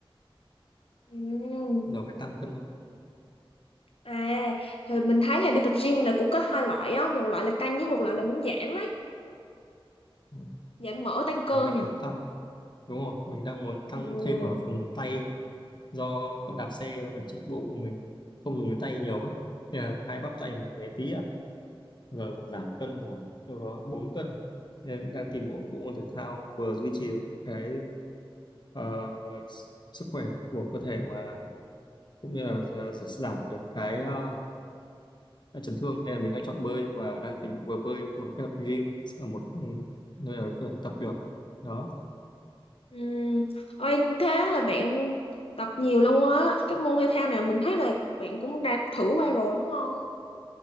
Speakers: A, on the left (about 85°); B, on the left (about 50°).
A: Ừm.
B: giờ phải tăng cân thôi
A: à thì mình thấy là đi tập gym là cũng có hai loại á một loại là tăng với một loại là muốn giảm ấy
B: ừ.
A: giảm mỡ tăng cơ
B: mình đang
A: nhỉ
B: muốn tăng đúng rồi mình đang muốn tăng
A: Ừ.
B: thêm ở phần tay do đạp xe và chạy bộ mình không dùng cái tay nhiều á Thế là hai bắp tay mình bé tí à giờ còn giảm cân giảm đâu đó bốn cân Thế là đang tìm bộ bộ môn thể thao vừa duy trì được cái ờ, s- sức khỏe của cơ thể mà cũng như là ờ, giảm được cái ờ, à, chấn thương nên là mình đang chọn bơi và đang tính vừa bơi vừa kết hợp gym ở một ừ, nơi nào đó có thể tập được đó
A: Ừm, Ôi, thế là bạn tập nhiều luôn á. Các môn thể thao nào mình thấy là bạn cũng đã thử qua rồi đúng không?